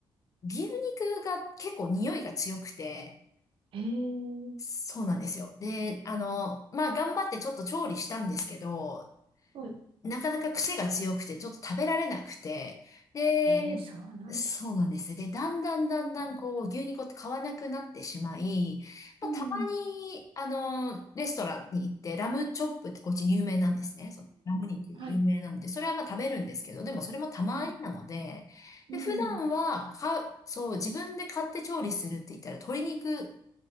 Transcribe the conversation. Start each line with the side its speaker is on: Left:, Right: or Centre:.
Left: 牛肉が結構匂いが強くて、
Right: へえ。
Left: そうなんですよ。で、あの、まあ、頑張ってちょっと調理したんですけど、
Right: はい。
Left: なかなか癖が強くて、ちょっと食べられなくて、で、
Right: ええ、そうなんだ。
Left: そうなんですよ。で、だんだんだんだんこう、
Right: うん
Left: 牛肉を買わなくなってしまい、まあ、
Right: うん。
Left: たまに、あの、レストランに行って、ラムチョップってこっち有名なんですね。そうラム肉有名なんで、
Right: はい。
Left: それはまあ食べるんですけど、でもそれもたまになので、
Right: はい。うん。
Left: で、普段は、か、そう、自分で買って調理するって言ったら、鶏肉